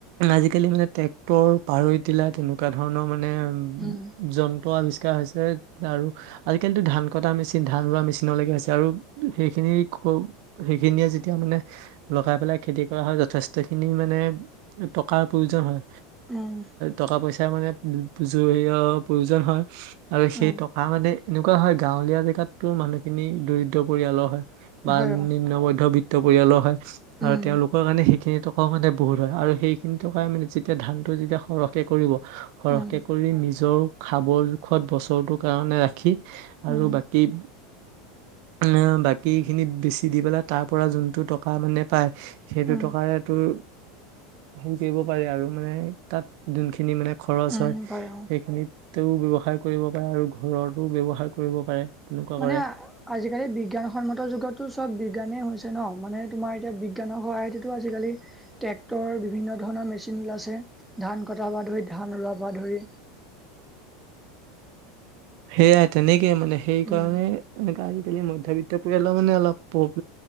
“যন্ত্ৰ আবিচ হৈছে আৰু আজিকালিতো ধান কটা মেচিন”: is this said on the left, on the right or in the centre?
Right